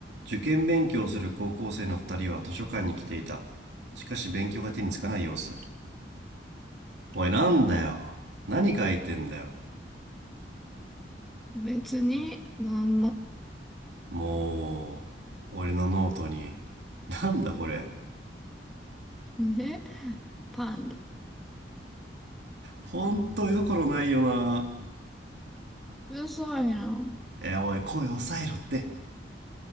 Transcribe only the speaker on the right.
受験勉強をする高校生の二人は図書館に来ていた。しかし勉強が手につかない様子。おい、なんだよ。何書いてんだよ。
もう、俺のノートに。なんだこれ。
ほんと絵心ないよな。
え、おい、声抑えろって。